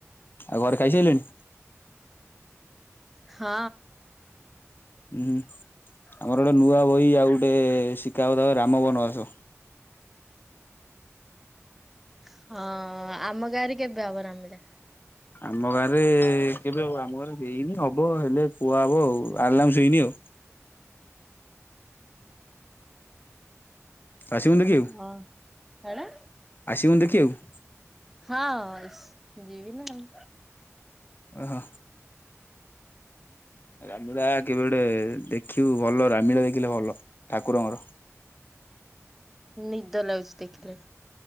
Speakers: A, on the left; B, in the centre.
A: ଆଉ ଘରେ ଖାଇ ସାଇଲେଣି?
B: ହଁ।
A: ହୁଁ ହୁଁ ଆମର ଗୋଟେ ନୂଆ ବହି ଆଉ ଗୋଟେ ଶିଖା ହଉଥା ରାମବନବାସ।
B: ହଁ ଆମ ଗାଁରେ କେବେ ରାମନୀଳା?
A: ଆମ ଗାଁରେ କେବେ ଆମ ଘରେ ହେଇନି ହବ ହେଲେ କୁହାହବ ଆଉ ଆଲାଉଁସ ହେଇନି ଆଉ। ଆସିବୁନୁ ଦେଖି।
B: ହଁ କଣ?
A: ଆସିବୁନ ଦେଖିବା କୁ?
B: ହଁ ଯିବି ନା ଆଉ।
A: ଓହୋ। ରାମିଳା କେବେ ଗୋଟେ ଦେଖିବୁ ଭଲ ରାମିଳା ଦେଖିଲେ ଭଲ ଠାକୁରଙ୍କର।
B: ନିଦ ଲାଗୁଛି ଦେଖିଲେ।